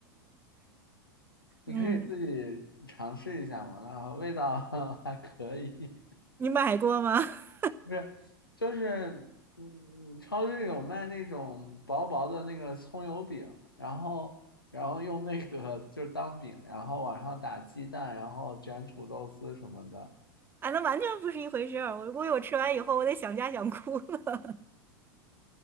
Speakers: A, on the left (about 80°); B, on the right (about 20°).
A: <laughs> 你可以自己尝试一下嘛，
B: 嗯，
A: 那味道 <laughs> 还可以，
B: 你买过吗？<laughs>
A: 不是就是嗯，超市有卖那种薄薄的那个葱油饼，然后然后用那个就是当饼，然后往上打鸡蛋，然后卷土豆丝什么的，
B: 啊，那完全不是一回事儿。我估计我吃完以后，我得想家想哭了，